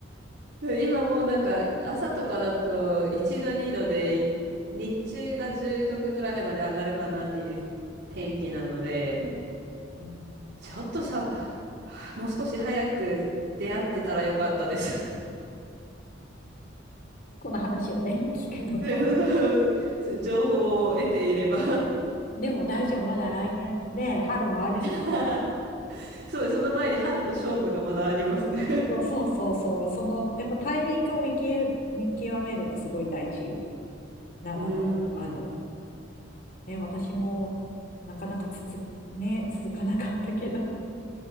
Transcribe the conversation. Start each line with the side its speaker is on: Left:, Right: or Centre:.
Right: 今もうなんか朝とかだと1度2度でい日中が10度ぐらいまで上がるかなっていう天気なので
Left: <laughs> うん
Right: ちょっとさ、<sighs> もう少し早く出会ってたらよかったです。<laughs>
Left: この話をね、聞くのが。
Right: でこの <laughs> 情報を得ていれば
Left: でも大丈夫、まだ来年ね、春もあるし。
Right: <laughs> そうです、その前に春の勝負がまだありますね。
Left: そうそうそうそう、その、やっぱタイミングを見き見極めるのすごい大事なんだと思う。
Right: うん。<laughs> うん
Left: あの、ね、私もなかなか続ね、続かなかったけど、<laughs>